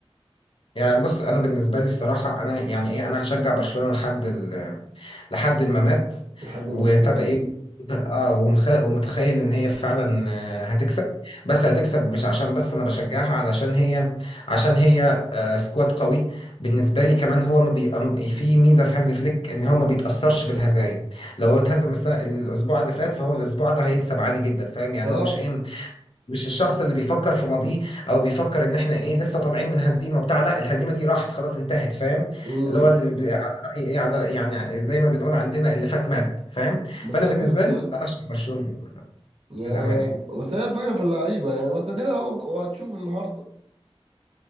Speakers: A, on the left; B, on the right.
A: يعني بص انا بالنسبه لي الصراحه انا يعني ايه انا هشجع برشلونه لحد لحد ما مات
B: لحد النفس
A: وابتدى
B: الاخير
A: ايه اه ومخ... ومتخيل ان هي فعلا آه، هتكسب بس هتكسب مش عشان بس انا بشجعها علشان هي عشان هي آه، سكواد قوي بالنسبه لي كمان هو ما بي... أم- في ميزه في هانزي فليك ان هو ما بيتاثرش بالهزايم لو هو اتهزم السنة... الاسبوع اللي فات فهو الاسبوع ده هيكسب عادي جدا فاهم يعني
B: صح
A: هو مش ايه مش الشخص اللي بيفكر في ماضيه او بيفكر ان احنا ايه لسه طالعين من هزيمه وبتاع لا الهزيمه دي راحت خلاص انتهت فاهم
B: امم
A: اللي هو اللي بي- على رأي ايه على يعني زي ما بنقول عندنا اللي فات مات فاهم
B: بس
A: فانا
B: هي
A: بالنسبه
B: الفكره في اللعيبه
A: لي ارشح برشلونه اكتر
B: يعني
A: للامانه يعني
B: بس هي الفكره في اللعيبه يعني بس ادينا اهو هتشوف النهارده